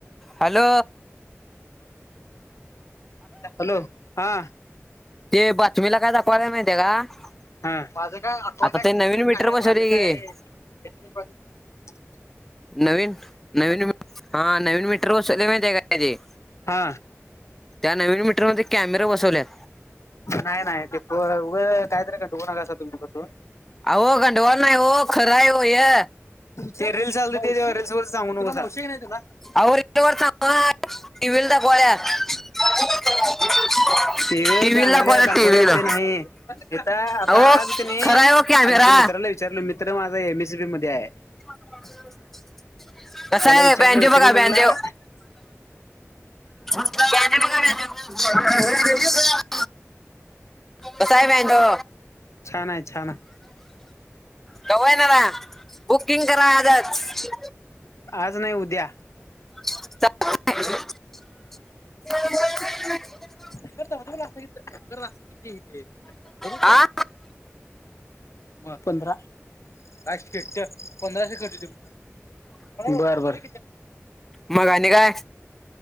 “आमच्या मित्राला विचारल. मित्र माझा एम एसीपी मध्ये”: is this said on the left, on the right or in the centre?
Left